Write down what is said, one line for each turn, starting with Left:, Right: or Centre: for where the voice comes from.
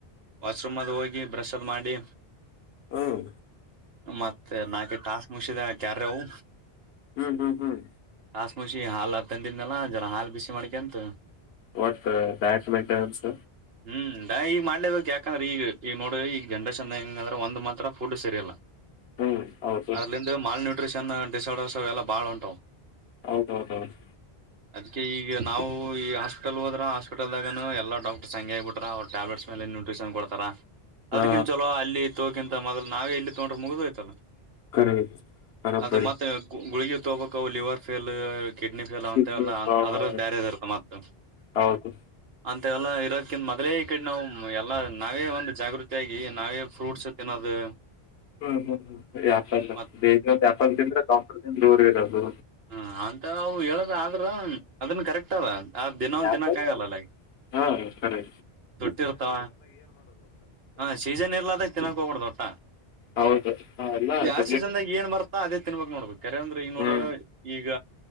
Right: ವಾಶ್ರೂಮ್ ಅದ ಹೋಗಿ ಬ್ರಷ್ ಅದ್ ಮಾಡಿ.
Left: ಹ್ಮ್
Right: ಮತ್ತೆ ನಾಕ್ ಟಾಸ್ಕ್ ಮುಗಿಸಿದೇ ಕಾರ್ಯವು.
Left: ಹ್ಮ್ ಹ್ಮ್ ಹ್ಮ್.
Right: ಟಾಸ್ಕ್ ಮುಗಿಸಿ ಹಾಲು ತಂದಿದ್ನಲ್ಲ ಜರ ಹಾಲು ಬಿಸಿ ಮಾಡ್ಕೆಂತು.
Left: ವಟ್ ಡಯಟ್ ಮೆಂಟೆನೆನ್ಸ್.
Right: ಹ್ಮ್ ಈಗ ಮಾಡ್ಲೇಬೇಕಕ್ ಯಾಕಂದ್ರೆ ಈಗ ಈಗ ನೋಡ ಈಗ ಜನ್ರೇಷನ್ ಹೆಂಗ ಅಂದ್ರ ಒಂದ ಮಾತ್ರ ಫುಡ್ ಸರಿಯಲ್ಲ.
Left: ಹ್ಮ್ ಹೌದು
Right: ಅದ್ರಲಂದ ಮಾಲ್ನ್ಯೂಟ್ರಿಷನ್ ಡಿಸರ್ಡರ್ಸ್ ಅವೆಲ್ಲ ಬಾಳ ಉಂಟಾವ.
Left: ಹೌದೌದೌದು.
Right: ಅದಕ್ಕೆ ಈಗ ನಾವು ಈ ಹಾಸ್ಪಿಟಲ್ ಹೋದ್ರ ಹಸ್ಪಿಟಲ್ದಾಗ ಎಲ್ಲ ಡಾಕ್ಟರ್ ಸಹ ಹಂಗೆ ಆಗಬಿಟ್ರ ಅವ್ರ ಟ್ಯಾಬ್ಲೆಟ್ ಮೇಲೆ. ನ್ಯೂಟ್ರಿಷನ್ ಕೊಡ್ತಾರ ಅದ್ರಕಿನ್
Left: ಹಾ
Right: ಚಲೋ ಅಲ್ಲಿ ತೋಕಿಂತ ಮೊದಲು ನಾವೇ ಇಲ್ಲಿ ತಗೊಂಡ್ರೆ ಮುಗಿದೋಯ್ತಲ್ಲ.
Left: ಕರೆ ಬರಬ್ಬರಿ
Right: ಅದ ಮತ್ತೆ ಗುಳಗಿ ತೋಗ ಬೇಕು liver fail kidney fail.
Left: Kidney
Right: ಮ
Left: ಪ್ರಾಬ್ಲಮ್
Right: ಅದ್ರ ಬೇರೆದ ಇರುತ್ತ ಮತ್ತ
Left: ಹೌದು
Right: ಮತ್ತ ಎಲ್ಲಾ ಇರೋದಕಿಂತ ಮೊದಲೇ ಈ ಕಡೆ ನಾವು ಎಲ್ಲಾ ನಾವೇ ಒಂದು ಜಾಗೃತಿ ಆಗಿ ನಾವೇ ಫ್ರೂಟ್ಸ್ ತಿನ್ನೋದು
Left: ಹ್ಮ್ ಹ್ಮ್ ಹ್ಮ ಯಪಲ್ಲ
Right: ಮತ್
Left: ಬೇಗ ಯ್ಯಾಪ ತಿಂದ್ರೆ ದಾಂಟರ್ದಿಂದ ದೂರ ಇರೋದು
Right: ಹಾಂ ಅಂತ ಅವು ಹೇಳದಾದ್ರೆ ಅದನ್ನ ಕರೆಕ್ಟ್ ಅದ ಆ ದಿನ ಒಂದು
Left: ಆ್ಯಪಲ್
Right: ತಿಿನೋಕ್ಕ ಆಗಲ್ಲ ಅಲ್ಲಗೆ
Left: ಹಾ ಸರಿ
Right: ತುಟ್ಟಿ ಇರ್ತಾವ ಹ ಸೀಜನ್ ಇರ್ಲದಾಗ ತಿನ್ನಕ್ ಹೋಗ್ಬಡ್ದು ದೊಟ್ಟ
Left: ಹೌದು ಎಲ್ಲ
Right: ಯಾವ
Left: ಡೂಪ್ಲಿಕೇಟ್
Right: ಸೀಜನ್ದಾಗ ಏನ್ ಬರ್ತಾ ಅದೇ ತಿನ್ಬಾಗ ನೋಡ್ಬೇಕು ಕರೆಂದ್ರ ಈಗ ನೋಡ
Left: ಹ್ಮ್
Right: ಈ ಈಗ